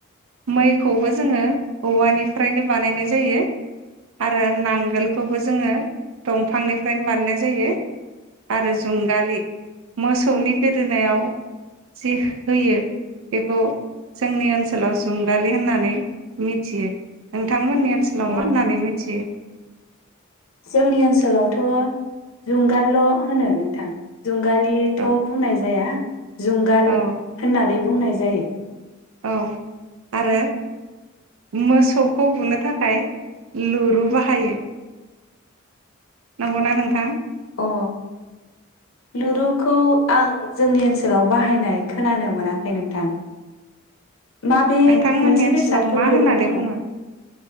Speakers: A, on the right; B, on the left.
A: मैखौबो जोंङो औवानिफ्रायनो बानायनाय जायो आरो नांगोलखौबो जोंङो दंफांनिफ्रायनो बानायनाय जायो आरो जुंगालि। मोसौनि गोदो दोनायाव जि होयो बेखौ जोंनि ओनसोलाव जुंगालि होननानै मिथियो नोंथां। मोननि ओनसोलाव
B: अ
A: मा होननानै मिथियो?
B: जोंनि ओनसोलावथ जुंगालल होनो नोंथां। जुंगालिथ
A: औ
B: बुंनाय जाया। जुंगाल
A: औ
B: होननानै बुंनाय जायो।
A: औ आरो मोसौखौ बुंनो थाखाय लुरु बाहायो। नंगौना नोंथां।
B: अ लुरुखौ आं जोंनि ओनसोलाव बाहायनाय खोनानो मोनाखै नोंथां। माबे
A: नोंथांमोननि
B: मोनसे
A: ओनसोलाव
B: बेसादखौ
A: मा
B: लुरु
A: होननानै
B: बुङो
A: बुंङो